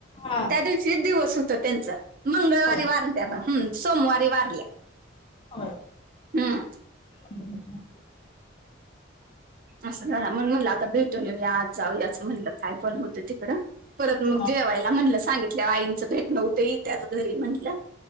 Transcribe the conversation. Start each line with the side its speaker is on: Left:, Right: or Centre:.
Left: हा
Right: त्या दिवशीच दिवस होता त्यांचा. मंगळवारी
Left: होय.
Right: वारल्या पण सोमवारी वारल्या.
Left: हो
Right: हम्म
Left: <unintelligible>
Right: असं झालं मग म्हणला आता भेटून येऊया आज जाऊ याचं म्हणलं काय पण होतं तिकडं परत मग
Left: हा
Right: जेवायला म्हणलं सांगितल्या आईंचं भेट नव्हते त्याच घरी म्हणलं.